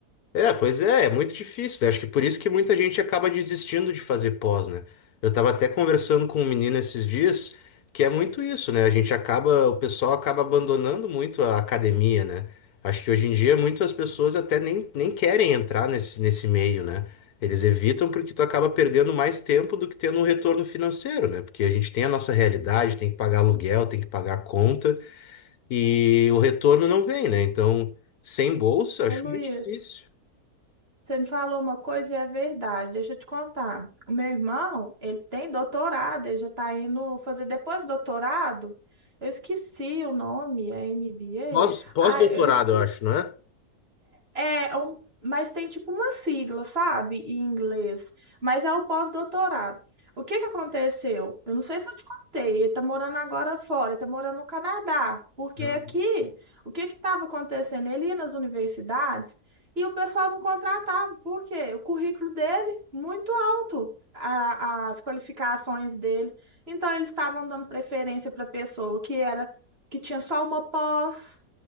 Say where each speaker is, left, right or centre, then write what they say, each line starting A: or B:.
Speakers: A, on the left; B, on the right.
A: É, pois é, é muito difícil, né? Acho que por isso que muita gente acaba desistindo de fazer pós, né? Eu tava até conversando com um menino esses dias que é muito isso, né? A gente acaba, o pessoal acaba abandonando muito a academia, né? Acho que hoje em dia muitas pessoas até nem, nem querem entrar nesse, nesse meio, né? Eles evitam porque tu acaba perdendo mais tempo do que tendo um retorno financeiro, né? Porque a gente tem a nossa realidade, tem que pagar aluguel, tem que pagar conta e o retorno não vem, né? Então, sem bolsa,
B: Ô,
A: acho
B: Luiz.
A: muito difícil.
B: Você me falou uma coisa e é verdade. Deixa eu te contar. O meu irmão, ele tem doutorado, ele já está indo fazer depois do doutorado. Eu esqueci o nome, é MBA?
A: Pós, pós-doutorado,
B: Ah, eu esqueci,
A: eu acho, não é?
B: é, é um, mas tem tipo uma sigla, sabe? Em inglês. Mas é o pós-doutorado. O que que aconteceu? Eu não sei se eu te contei. Ele tá morando agora fora, ele tá morando no Canadá. Porque
A: Não.
B: aqui, o que que estava acontecendo? Ele ia nas universidades e o pessoal não contratava. Por quê? O currículo dele, muito alto, a- as qualificações dele. Então, eles estavam dando preferência para pessoa que era, que tinha só uma pós